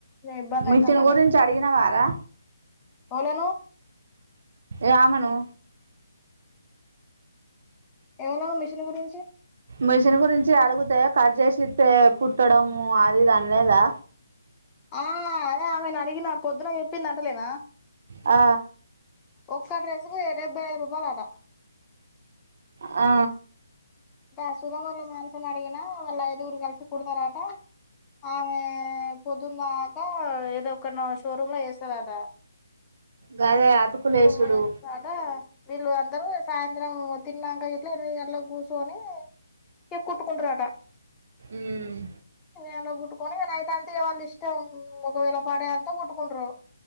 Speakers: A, on the left (about 15°); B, on the right (about 55°).
A: ఇబ్బంది
B: మిషన్
A: అయితాందని
B: గురించి అడిగినవారా
A: వోళ్లను
B: రామను
A: ఏమన్నావ్ మిషన్ గురించి
B: మిషన్ గురించి అడుగుతే కట్ చేసిస్తే కుట్టడము అది ఇది అనలేదా
A: ఆ అదే ఆమెను అడిగిన పొద్దున చెప్పింది అంటలేనా
B: ఆ
A: ఒక్క డ్రెస్సు కు డెబ్బై ఐదు రూపాయలు అట
B: ఆ
A: దా సుదా వాళ్ళ మానసని అడిగినా వాళ్ళ ఐదుగురు కలిసి కుడతారట ఆమె పొద్దుందాక ఏదో ఒక న షోరూమ్ లో చేస్తదట
B: గదే అతుకులేసుడు
A: షో రూమ్ లో చేస్తాదట వీళ్ళు అందరు సాయంత్రం తిన్నాక ఇట్ల ఎనిమిది గంటలకి కూస్ ర్చొని ఇగ కుట్టుకుంటారట
B: ఉమ్.
A: ఎనిమిది గంటలకి కుట్టుకొని ఇగ నైట్ అంతే వాళ్ళు ఇష్టం ఒకవేళ పడే అంతా కొట్టుకుంటారు.